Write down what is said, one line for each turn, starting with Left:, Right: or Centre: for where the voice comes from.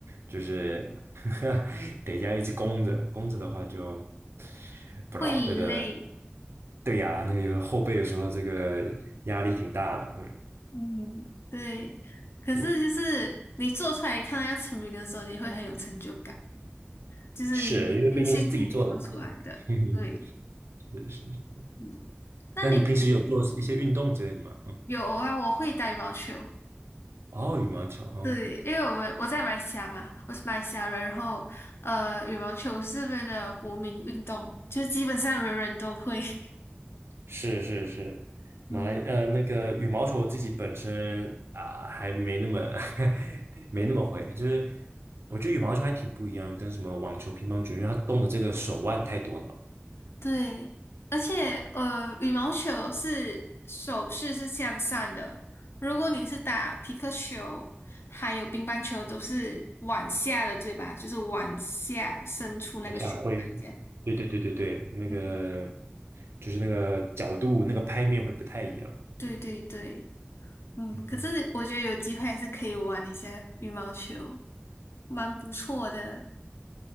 Right: 就是 <laughs> 得这样一直弓着，弓着的话就不知道那个，
Left: 会累，
Right: 对呀，那个有后背的时候这个压力挺大的，
Left: 嗯，对。可是就是你做出来看到要成品的时候，
Right: 嗯，
Left: 你会很有成就感，
Right: <laughs>
Left: 就是你辛辛苦苦做出来的，
Right: 是因为毕竟是自己做的嘛，<laughs> 嗯
Left: 对。
Right: 是是。
Left: 嗯那你平
Right: 那你平时有做一些运动之类的吗？嗯，
Left: 有啊？我会打羽毛球，
Right: 哦，羽毛球，哦，
Left: 对，因为我们我在马来西亚嘛，我是马来西亚人，然后呃，羽毛球是这边的国民运动，就基本上人人都会。<laughs>
Right: 是是是，
Left: 嗯，
Right: 马来呃那个羽毛球我自己本身啊、还没那么 <laughs> 没那么会，就是我觉得羽毛球还挺不一样跟什么网球、乒乓球，因为它动的这个手腕太多了，
Left: 对，而且呃，羽毛球是手势是向上的，如果你是打皮克球，还有乒乓球都是往下的，对吧？就是往下伸出那个球这样。
Right: 往下挥，对对对对对，那个
Left: 嗯，
Right: 就是那个角度、那个拍面会不太一样，
Left: 对对对。
Right: 嗯
Left: 嗯，
Right: 嗯嗯。
Left: 可是我觉得有机会还是可以玩一下羽毛球，蛮不错的。